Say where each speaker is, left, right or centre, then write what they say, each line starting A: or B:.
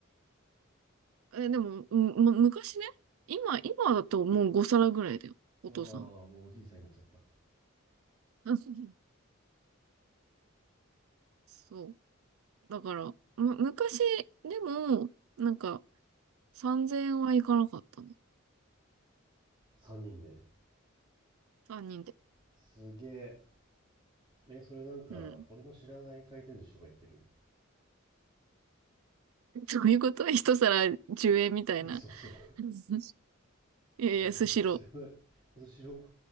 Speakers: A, on the right; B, on the right.
A: え、でも、む、む昔ね、今、今だともう5皿ぐらいだよ。お父さん。
B: ああもうおじいさんになっちゃった
A: <laughs> うんそう。だから、む、昔でも、なんか、3000円はいかなかったね。
B: 3人で
A: 3人で。
B: すげええそれなんか俺の知らない回転寿司とか言ってる
A: うん。<laughs> どういうこと <laughs> 一皿10円みたいな。
B: いや <laughs> そうそう
A: うんいやいや、
B: 俺が知らないスシロ
A: スシロー。